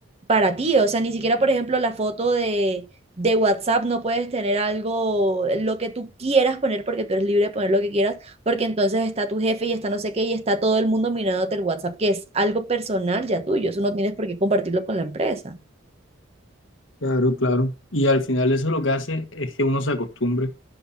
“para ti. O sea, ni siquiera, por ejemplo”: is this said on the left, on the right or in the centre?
Right